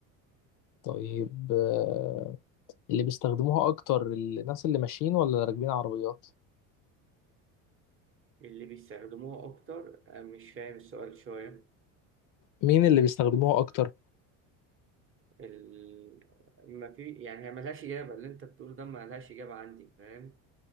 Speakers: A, on the left; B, on the right.
A: طيب آه، اللي بيستخدموها اكتر الناس اللي ماشيين ولا اللي راكبين عربيات
B: اللي بيستخدموها أكتر آه، مش فاهم السؤال شوية
A: مين اللي بيستخدموها اكتر
B: ال... ما في يعني هي ملهاش إجابة اللي أنت بتقوله ده ملهاش إجابة عندي فاهم